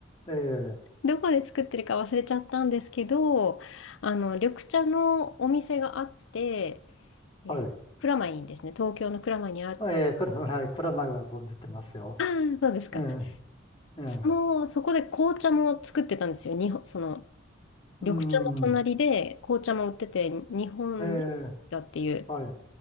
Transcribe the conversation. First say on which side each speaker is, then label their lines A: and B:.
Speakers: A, on the left; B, on the left.
A: ええ、
B: <laughs> どこで作ってるか忘れちゃったんですけど、あの、緑茶のお店があって、えー蔵前にですね、
A: はい、
B: 東京の蔵前にあ、あ
A: ええ、これ、はい、蔵前は存じてますよ。
B: ーそうですか。
A: ええ、ええ、
B: その、そこで紅茶も作ってたんですよ。日本、その、
A: うん、
B: 緑茶の隣で紅茶も売ってて、日本
A: ええ、
B: だっていう、
A: はい。